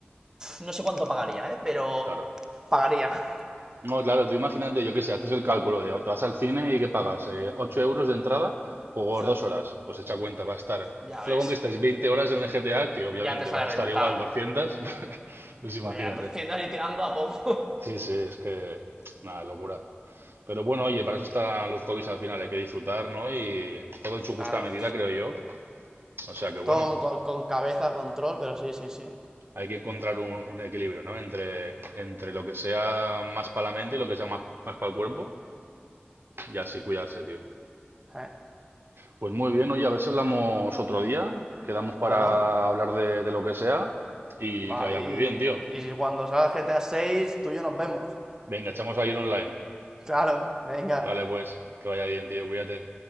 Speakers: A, on the right (about 15°); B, on the right (about 65°).
A: no sé cuánto pagaría, ¿eh? Pero
B: claro.
A: pagaría.
B: No, claro, tú imagínate, yo qué sé, haces el cálculo de te vas al cine y que pagas eh, 8 euros de entrada por
A: Exacto,
B: dos horas. Pues echa cuenta, va a estar,
A: ya
B: solo
A: ves,
B: con que estés 20 horas en el GTA, que obviamente
A: ya te sale
B: va a estar
A: rentable.
B: igual 200 <laughs> pues imagínate.
A: Ya, 200 y tirando a poco.
B: Sí,
A: <laughs>
B: sí, es que, nada, locura. Pero bueno, oye, para eso están los hobbies al final, hay que disfrutar, ¿no? Y todo en su justa
A: Claro.
B: medida, creo yo. O sea que bueno,
A: Todo con, con- con cabeza, control, pero sí, sí, sí.
B: hay que encontrar un, un equilibrio, ¿no? Entre, entre lo que sea más para la mente y lo que sea más, más para el cuerpo, y así cuidarse, tío.
A: Eh,
B: Pues muy bien, oye, a ver si hablamos otro día, quedamos
A: claro.
B: para hablar de, de lo que sea y
A: Vale,
B: que vaya
A: y,
B: muy bien, tío.
A: y si cuando salga GTA seis tú y yo nos vemos.
B: Venga, echamos ahí un online.
A: Claro, venga,
B: Vale, pues, que vaya bien, tío, cuídate.